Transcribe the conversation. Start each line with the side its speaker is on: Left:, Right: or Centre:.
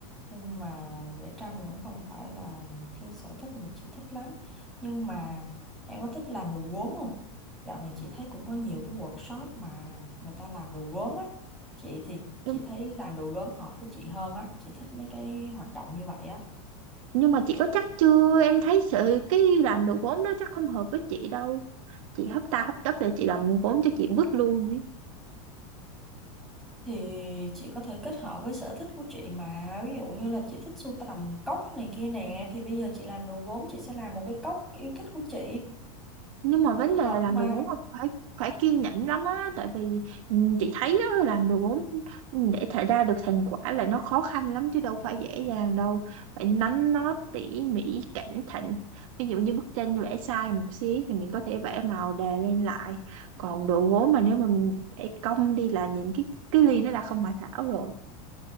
Centre: nhưng mà vẽ tranh vẫn không phải là cái sở thích mà chị thích lắm nhưng mà em có thích làm đồ gốm không dạo này chị thấy cũng có nhiều cái workshop mà người ta làm đồ gốm á chị thì
Right: nhưng,
Centre: chị thấy làm đồ gốm hợp với chị hơn á chị thích mấy cái hoạt động như vậy á
Right: nhưng mà chị có chắc chưa em thấy sự cái làm đồ gốm đó chắc không hợp với chị đâu chị hấp ta hấp tấp rồi chị làm gốm cho chị vứt luôn ấy.
Centre: thì chị có thể kết hợp với sở thích của chị mà ví dụ như là chị thích sưu tầm cốc này kia nè thì bây giờ chị làm đồ gốm chị sẽ làm một cái cốc yêu thích của chị
Right: nhưng mà vấn
Centre: nó
Right: đề
Centre: hợp
Right: là làm
Centre: mà
Right: đồ gốm là phải phải kiên nhẫn lắm á tại vì ừ, chị thấy đó, làm đồ gốm ừ, để thể ra được thành quả là nó khó khăn lắm chứ đâu phải dễ dàng đâu phải nắn nót tỉ mỉ cẩn thận ví dụ như bức tranh vẽ sai một xí thì mình có thể vẽ màu đè lên lại còn đồ gốm mà nếu mà mình vẽ cong đi là nhìn cái cái ly nó đã không hoàn hảo rồi